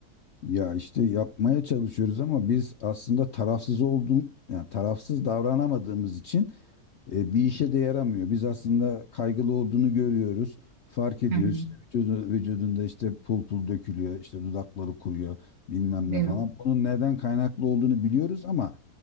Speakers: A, on the left (about 60°); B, on the right (about 70°).
A: ya işte yapmaya çalışıyoruz ama biz aslında tarafsız olduğum yani tarafsız davranamadığımız için E, bir işe de yaramıyor. Biz aslında kaygılı olduğunu görüyoruz. Fark ediyoruz.
B: Hı hı,
A: İşte vücudu- vücudunda işte pul pul dökülüyor, işte dudakları kuruyor, bilmem
B: değil
A: ne falan.
B: mi?
A: Bunun neden kaynaklı olduğunu biliyoruz ama